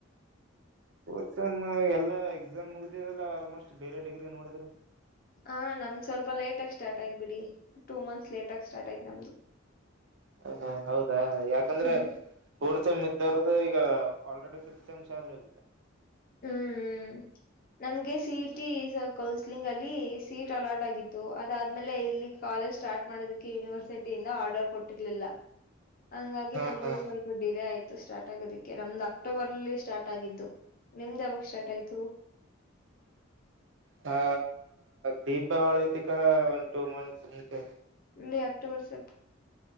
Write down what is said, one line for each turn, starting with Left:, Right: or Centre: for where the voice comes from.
Right: ಫೋರ್ಥ್ ಸೇಮ್ ಎಲ್ಲ ಎಕ್ಸಾಮ್ ಮುಗ್ದಿದೆಲ್ಲ ಆಲ್ಮೋಸ್ಟ್ ಬೇರೆ ಡಿಗ್ರಿ ನೋಡಿಧ್ರೆ
Left: ಹಾ ನಮ್ದ್ ಸ್ವಲ್ಪ ಲೇಟ ಆಗಿ ಸ್ಟಾರ್ಟ ಆಯ್ತು ಬಿಡಿ ಟು ಮಂತ್ಸ್ ಲೇಟಗಿ ಸ್ಟಾರ್ಟ್ ಆಯ್ತು ನಮ್ದು
Right: ಹ ಹಾ ಹೌದಾ ಯಾಕಂದ್ರೆ
Left: ಹ್ಮ್
Right: ಫೋರ್ ಸೆಮ್ ಇದ್ದರ್ಧು ಈಗ ಆಲ್ರೆಡಿ ಫಿಫ್ತ್ ಸೆಮ್ ಚಾಲು ಆಗಿದೆ
Left: ಹ್ಮ್
Right: <inaudible>
Left: ನಮಗೆ ಸಿ ಇ ಟಿ ಕೌನ್ಸ್ಲಿಂಗಲ್ಲಿ ಸೀಟ್ ಅಲಾಟ್ ಆಗಿತ್ತು ಅದಾದ್ಮೇಲೆ ಇಲ್ಲಿ ಕಾಲೇಜ್ ಸ್ಟಾರ್ಟ್ ಮಾಡೋದಕ್ಕೆ ಯೂನಿವರ್ಸಿಟಿಯಿಂದ ಆರ್ಡರ್ ಕೊಟ್ಟಿರ್ಲಿಲ್ಲ
Right: <inaudible>
Left: ಹಂಗಾಗಿ
Right: ಹಾ
Left: ನಮ್ದು
Right: ಹಾ
Left: ಸ್ವಲ್ಪ ಡಿಲೇ ಆಯ್ತು ಸ್ಟಾರ್ಟ್ ಆಗೋದಿಕ್ಕೆ ನಮ್ದು ಅಕ್ಟೋಬರಲ್ಲಿ ಸ್ಟಾರ್ಟ್ ಆಗಿದ್ದು ನಿಮ್ದ ಯಾವಗ್ ಸ್ಟಾರ್ ಆಯ್ತು
Right: ಹ ದೀಪಾವಳಿ ತಿಕ ಒನ್ ಟೂ ಮಂತ್ಸ್ ಮುಂಚೆ
Left: ಇಲ್ಲಿ ಅಕ್ಟೋಬರ್ ಸೆಪ್ಟ